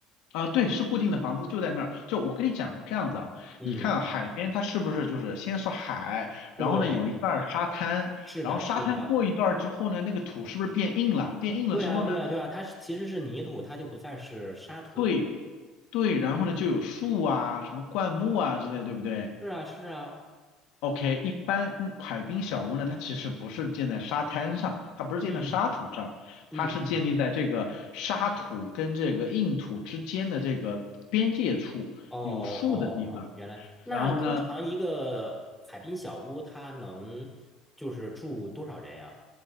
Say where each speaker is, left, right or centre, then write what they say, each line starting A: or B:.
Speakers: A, on the left (about 75°); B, in the centre.
A: 啊，对，是固定的房子就在那儿。就我跟你讲是这样子啊，
B: 嗯，
A: 你看啊海边它是不是就是先是海，
B: 对，
A: 然后呢有一段儿沙滩，
B: 是的，
A: 然后沙滩过一段儿之后呢，
B: 是的，
A: 那个土是不是变硬了？变硬了之后呢？
B: 对啊，对啊，对啊，它是其实是泥土，它就不再是沙土了。
A: 对对，然后呢就有树啊、什么灌木啊之类，对不对
B: 是啊，是啊，
A: ？OK，一般嗯海滨小屋呢，它其实不是建在沙滩上，它不是建在沙土上，
B: 嗯嗯嗯。
A: 它是建立在这个沙土跟这个硬土之间的这个边界处有树的地方。
B: 哦哦哦，原来那通常一个海滨小屋，
A: 然后呢，
B: 它能就是住多少人呀？